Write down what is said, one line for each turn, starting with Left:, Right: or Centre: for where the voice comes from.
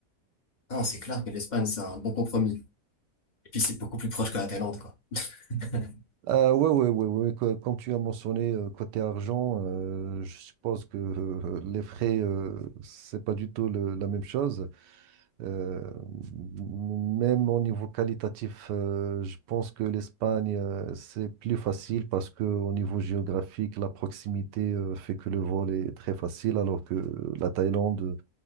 Left: Non, c'est clair que l'Espagne, c'est un bon compromis. Et puis c'est beaucoup plus proche que la Thaïlande, quoi. <laughs>
Right: Ah ouais, ouais, ouais, ouais, co- comme tu as mentionné euh, côté argent, euh, je suppose que euh, les frais, euh, c'est pas du tout le- la même chose. Euh, même au niveau qualitatif, euh, je pense que l'Espagne, euh, c'est plus facile parce que au niveau géographique, la proximité, euh, fait que le vol est très facile, alors que la Thaïlande,